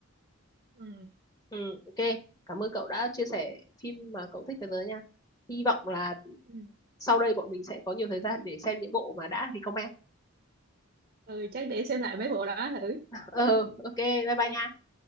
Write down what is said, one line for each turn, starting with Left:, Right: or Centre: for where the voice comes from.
Right: ừ.
Left: ừ, ok cảm ơn cậu đã chia sẻ phim mà cậu thích với tớ nha hy vọng là
Right: Ừ.
Left: sau đây bọn mình sẽ có nhiều thời gian để xem những bộ mà đã recommend
Right: ừ chắc để xem lại mấy bộ đó thử
Left: ừ, ok bye bye
Right: Ok.
Left: nha